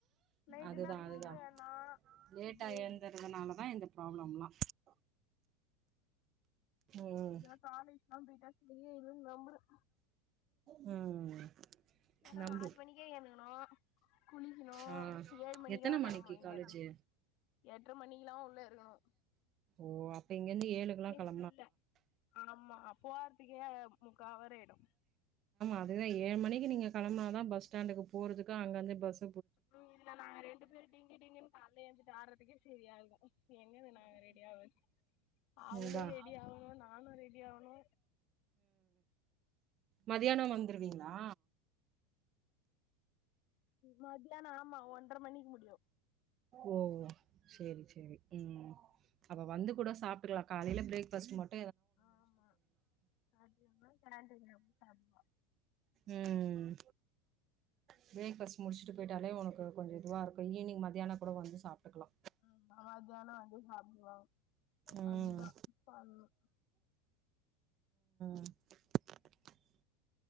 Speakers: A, on the left (about 55°); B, on the right (about 40°).
A: நைட்டெல்லா
B: அதுதா
A: தூங்கலன்னா
B: அதுதா லேட்டா
A: இப்டி ஆயிடுது
B: எழுந்தறதுனாலதா இந்த ப்ராப்ளம்லா ம்
A: இதல்லா காலேஜ்லா பேய்ட்டா சரியாயிருன் நம்புற
B: ம்
A: ஏன்னா
B: நம்பு
A: ஆறு மணிக்கே ஏந்துகனு குளிக்கினு
B: ஆ
A: ஏழு மணிக்கெல்லா
B: எத்தன
A: கெளம்பனு
B: மணிக்கு
A: இங்கேயிருந்து
B: காலேஜு
A: எட்ர மணிக்கில்லா உள்ள இருக்கணு
B: ஓ அப்ப இங்கேருந்து ஏழுக்ல்லா கெளம்
A: குள்ள ஆமா போரதுக்கே முக்கா அவரு ஆயிடு
B: அதேதா ஏழு மணிக்கு நீங்க கெளம்னா தான் பஸ் ஸ்டாண்டுக்கு போறதுக்கு அங்கருந்து பஸ்
A: ம் இல்ல நாங்க ரெண்டு பேர் டிங்கு டிங்குனு கால எழுந்துட்டு ஆடுறதுக்கே சேரியா இருக்கு எங்கந்து நாங்க ரெடி ஆவு அவ்ளு
B: ம் தான்.
A: ரெ ரெடி ஆகணு நானு ரெடி ஆகணு
B: மதியானோ வந்துருவீங்ளா
A: மதியானோ ஆமா ஒன்ற மணிக்கி முடியு
B: ஓ! சரி, சரி. ம். அப்ப வந்து கூட சாப்டுகுலா காலயில பிரேஃபாஸ்ட் மட்டு
A: ஆமா அதுமா கேன்டீன்ல போய் சாப்டுவா
B: ம் ப்ரேக்ஃபாஸ்ட் முடிச்ட்டு பேயிட்டாலே ஒனக்கு கொஞ்சோ இதுவா இருக்கு ஈவினங் மதியானோ கூட வந்து சாப்ட்டுக்கலா
A: ஆ <unintelligible> <unintelligible>
B: ம்.
A: அப்டிதா பண்ணு
B: <inaudible>